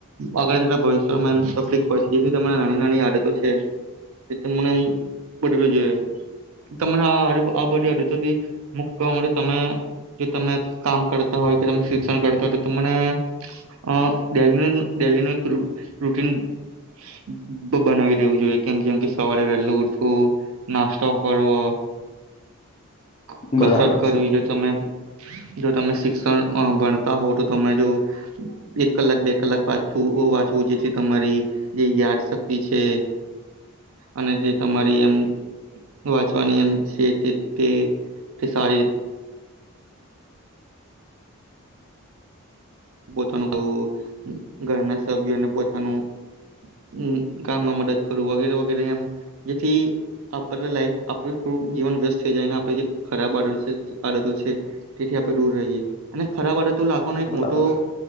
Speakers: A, on the right (about 65°); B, on the left (about 25°).
A: અગરજત બવી તફ પડ જેથી નાની નાની આદતો છે જે મને બદલું જોઈ આ બધી આદતોથી મુક્ત કરવા માટે તમે જો તમે કામ કરતા હોય કે તમે શિક્ષણ કરતા હોય તમને અ ડેનીનું ડેલીનું એક રૂટ રૂટીન બ બ બનાવી રેવું જોઈએ કેમ જેમ કે સવારે વહેલુ ઉઠ વું નાસ્તો કરવો ક કસરત
B: બરાબર
A: કરવી
B: છે
A: જો તમે જો તમે શિક્ષણ અ ભણતા હોવ તો તમે જો એક કલાક બે કલાક વાંચું ઓ વા જો જે ચિપ તમારી જે યાદ શક તે છે અને તે તમારી એમ વાંચવાની એમ સે તીત કે તે સારી પોતાનું કઉ ઘરના સભ્યોને પોતાનું ઉહ કામમાં મદદ કરું વગેરે વગેરે એમ જેથી આરે લાઈફ આપરે થોડું જીવન વ્યસ્ત થઈ જાય આપરે જે ખરાબ આડતો છે આદતો છે તેથી આપણે દૂર રહીએ અને ખરાબ આડતો લાગવાનો એક
B: બરાબર
A: મોટ તો